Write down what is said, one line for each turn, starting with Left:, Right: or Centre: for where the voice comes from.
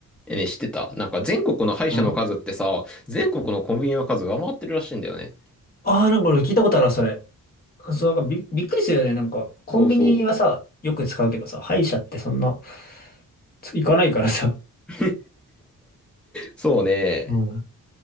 Centre: え、ね、知ってたなんか全国の歯医者の数ってさ、
Left: ん
Centre: 全国のコンビニの数が上回ってるらしいんだよね。
Left: ああー、なんか俺聞いたことあるわ、それ。そう、なんかび、びっくりするよね。なんか、コンビニはさ、
Centre: そうそ
Left: よく使うけどさ、歯医者ってそんな、つ行かないからさ、
Centre: う。<laughs> そうね。
Left: もうん。